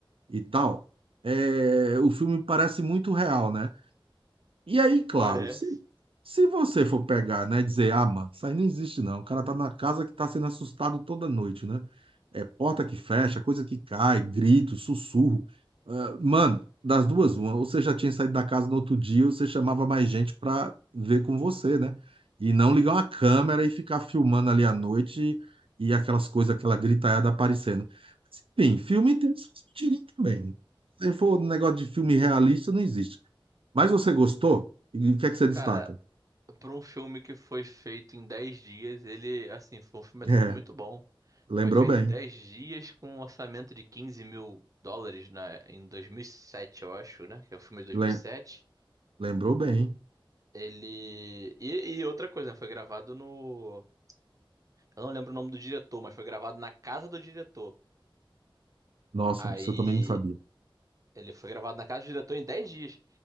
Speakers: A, on the right (about 80°); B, on the right (about 40°).
A: E tal, é, o filme parece muito real, né? E aí, claro,
B: Parece.
A: se, se você for pegar, né, dizer, ah, mano, isso aí não existe não, o cara tá na casa que tá sendo assustado toda noite, né? É porta que fecha, coisa que cai, grito, sussurro. Ah, mano, das duas, uma, ou você já tinha saído da casa no outro dia, ou você chamava mais gente pra ver com você, né? E não ligar uma câmera e ficar filmando ali à noite e, e aquelas coisas, aquela gritaiada aparecendo. Mas, enfim, filme tem suas mentirinhas também. Se for um negócio de filme realista, não existe. Mas você gostou? E o que é que você destaca?
B: Cara, pra um filme que foi feito em 10 dias, ele, assim, foi um filme até
A: É,
B: que muito bom.
A: lembrou
B: Foi feito
A: bem.
B: em 10 dias com um orçamento de 15 mil dólares na, em 2007 eu acho, né? Que é o filme de 2007.
A: Lem- lembrou bem.
B: Ele. E, e outra coisa, né? Foi gravado no. Eu não lembro o nome do diretor, mas foi gravado na casa do diretor.
A: Nossa,
B: Aí.
A: isso eu também não sabia.
B: Ele foi gravado na casa do diretor em 10 dias.